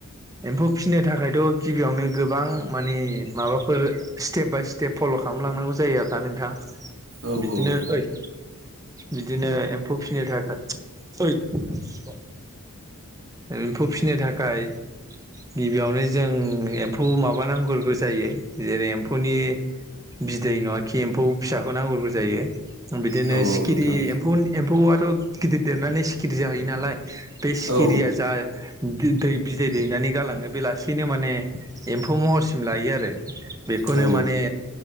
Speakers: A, on the right (about 15°); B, on the right (about 65°).
A: एम्फौ फिसिनो थाखायथ' गिबियावनो गोबां मानि माबाफोर स्टेप बाय स्टेप फल' खालाम लांनांगौ जायो आरोना नोंथां
B: औ
A: बिदिनो
B: औ
A: ओइ बिदिनो एम्फौ फिनो थाखाय सरि एम्फौ फिनो थाखाय गिबियावनो जों एम्फौ माबानांग्रोगौ जायो जेरै एम्फौनि बिदै नङा खि एम्फौ फिसाखौ नांग्रोगौ जायो बिदिनो
B: औ औ
A: सिखिरि
B: नोंथां
A: एम्फौ एम्फौआथ' गिदिर देरनानै सिखिरि जाहैयो नालाय बे सिखिरिया
B: औ
A: जा बि दै बिदै दैनानै गालाङो बे लासैनो माने एम्फौ महरसिम लायो आरो बेखौनो
B: औ
A: माने